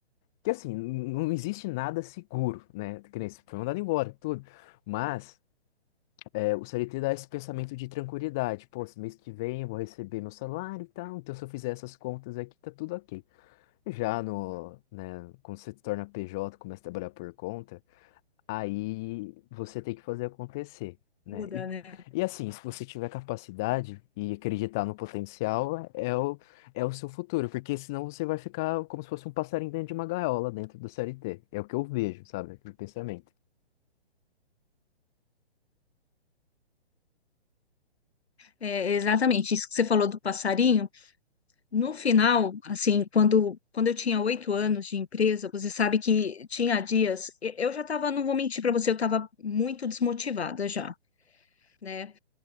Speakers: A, in the centre; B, on the left (about 70°).
A: Que assim, n- não existe nada seguro, né? Que nem se foi mandado embora, tudo. Mas É, O CLT dá esse pensamento de tranquilidade. Pô, esse mês que vem eu vou receber meu salário e tal, então se eu fizer essas contas aqui, tá tudo ok. Já no, né, quando você se torna PJ, começa a trabalhar por conta, aí você tem que fazer acontecer, né?
B: Muda,
A: E,
B: né?
A: e assim, se você tiver capacidade e acreditar no potencial, é é o, é o seu futuro, porque senão você vai ficar como se fosse um passarinho dentro de uma gaiola dentro do CLT. É o que eu vejo, sabe? Aquele pensamento.
B: É, exatamente. Isso que você falou do passarinho. No final, assim, quando, quando eu tinha oito anos de empresa, você sabe que tinha dias, e- eu já estava, não vou mentir para você, eu estava muito desmotivada já, né?